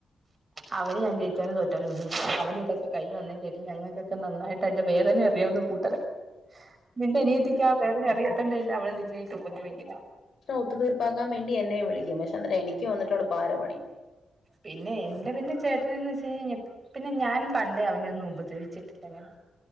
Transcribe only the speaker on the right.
അവന് ഞാൻ ജയിച്ചാലും തോറ്റാലൊന്നുമില്ല അവനിതൊക്കെഴിഞ് വന്നേന്റെ പേരിൽ ഞങ്ങൾക്കെക്കെ നന്നായിട്ടയ്ന്റെ വേദന അറിയാവുന്നു കൂട്ടര നിന്റെനിയത്തിക്ക് ആ വേദന അറിയത്തേന്റെ പേരിലാ അവൾ നിന്നെയിട്ട് ഉപദ്രവിക്കുന്നെ
പിന്നെ എന്റെ പിന്നെ ചേട്ടനന്ന് വെച്ച് കഴിഞാൽ പിന്നെ ഞാനും പണ്ടേ അവനെ ഒന്നും ഉദ്രവിച്ചിട്ടില്ലങ്ങനെ